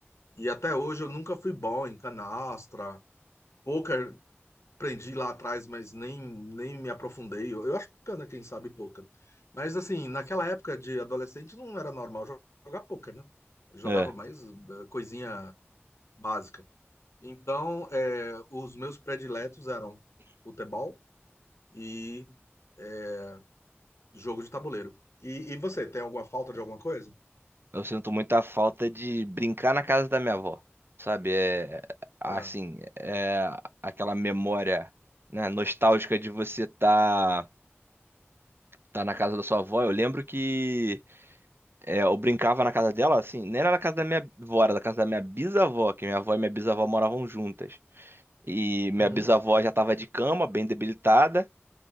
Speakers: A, on the left; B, on the right.
A: e até hoje eu nunca fui bom em canastra. Poker aprendi lá atrás, mas nem, nem me aprofundei. Eu, eu acho bacana quem sabe poker. Mas assim, naquela época de adolescente não era normal jo- jogar poker, né? Eu jogava
B: É.
A: mais eh, coisinha básica. Então, eh, os meus prediletos eram futebol e eh, jogo de tabuleiro. E, e você, tem alguma falta de alguma coisa?
B: Eu sinto muita falta de brincar na casa da minha avó. Sabe? É assim,
A: Ah.
B: é aquela memória, né, nostálgica de você tá tá na casa da sua avó. Eu lembro que é, eu brincava na casa dela, assim, nem era na casa da minha avó, era da casa da minha bisavó, que minha avó e minha bisavó moravam juntas. E minha
A: Uhum,
B: bisavó já tava de cama, bem debilitada.